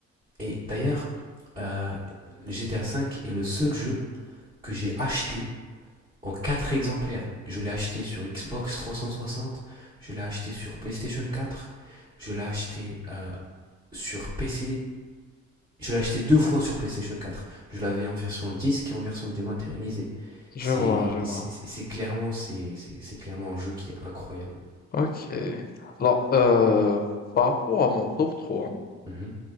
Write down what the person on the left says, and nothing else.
Je vois, je vois.
Ok. Alors, euh, par rapport à mon top trois. hein,